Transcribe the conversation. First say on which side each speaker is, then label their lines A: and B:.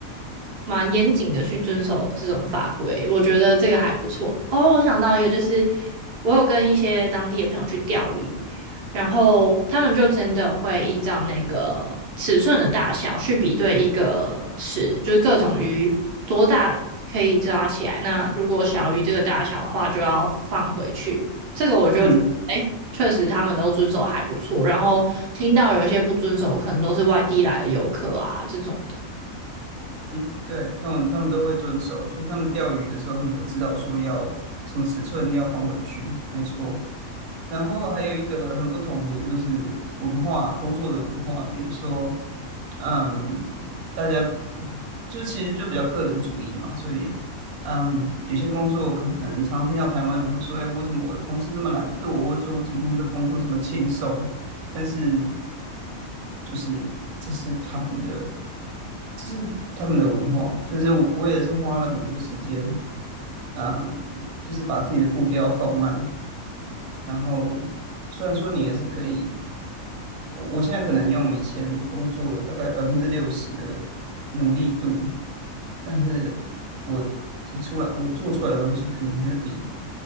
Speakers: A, on the right; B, on the right.
A: 蛮严谨的去遵守这种法规，我觉得这个还不错。哦，我想到一个，就是我有跟一些当地的朋友去钓鱼，然后他们就真的会依照那个尺寸的大小去比对一个尺，就是各种鱼多大可以抓起来。那如果小于这个大小的话，就要放回去。这个我就哎，
B: 嗯。
A: 确实他们都遵守还不错。然后听到有一些不遵守，可能都是外地来的游客啊这种的。
B: 嗯，对，他们他们都会遵守，就是他们钓鱼的时候，他们都知道说要什么尺寸要放回去，没错。然后还有一个很不同的就是文化，工作的文化，比如说，嗯，大家就其实就比较个人主义嘛，所以，嗯，有些工作可能常听到台湾人会说，哎，为什么我的同事这么懒惰，或者说为什么他们的工作这么轻松？但是就是这是他们的，这是他们的文化，就是我我也是花了很多时间，嗯，就是把自己的步调放慢，然后虽然说你也是可以。我我现在可能用以前工作大概百分之六十的努力度，但是我提出来我做出来的东西，可能还是比